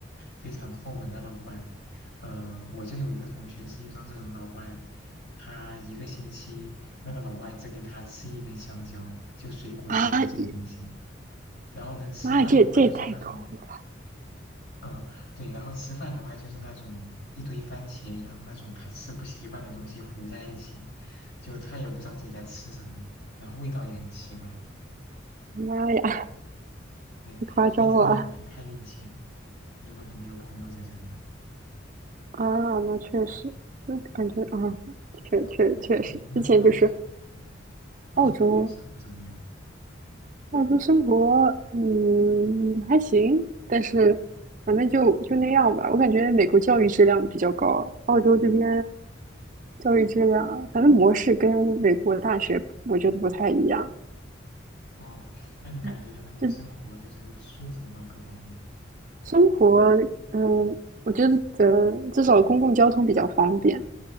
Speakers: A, on the left; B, on the right.
A: 非常抠门的老外。呃，我就有一个同学是遇到这种老外，他一个星期那个老外只给他吃一根香蕉，就水果之类的这些东西。
B: 啊！一
A: 然后呢，吃饭的话就是那种
B: 妈呀，这也这也太高了！
A: 嗯，对，然后吃饭的话就是那种一堆番茄一样那种他吃不习惯的东西糊在一起，就他也不知道自己在吃什么，然后味道也很奇怪，
B: 妈呀，
A: 对，
B: 太夸张了
A: 所以真的很很看运气。如果你没有朋友在这边，
B: 啊！那确实，
A: 嗯
B: 那感觉啊，
A: 嗯，
B: 确确确实，
A: 你们你们那边澳洲呢，
B: 之前就是
A: 嗯，澳洲那边生活怎么样？
B: 澳洲澳洲生活，嗯，还行，但是反正就就那样吧。我感觉美国教育质量比较高，澳洲这边
A: 哦
B: 教育质量，反正模式跟美国大学我觉得不太一样。
A: 哦，那你感觉在那边生活就是舒服吗？
B: 嗯，这
A: 各方面？
B: 生活，嗯，我觉得呃，至少公共交通比较方便，